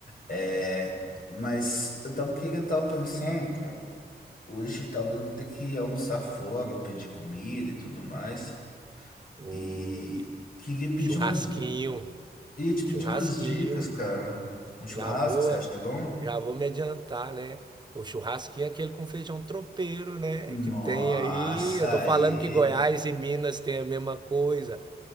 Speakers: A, on the left; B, on the right.
A: É, mas eu tava querendo, tava pensando, cara, hoje talvez eu vou ter que almoçar fora ou pedir comida e tudo mais.
B: Pô,
A: E
B: e
A: queria pedir
B: churrasquinho,
A: umas, ia te pedir
B: churrasquinho.
A: umas dicas, cara. Um churrasco,
B: Já vou,
A: você acha que é bom?
B: já vou me adiantar, né? O churrasquinho é aquele com feijão tropeiro, né?
A: Nossa,
B: Que tem aí. Eu tô falando
A: aí.
B: que Goiás e Minas tem a mesma coisa.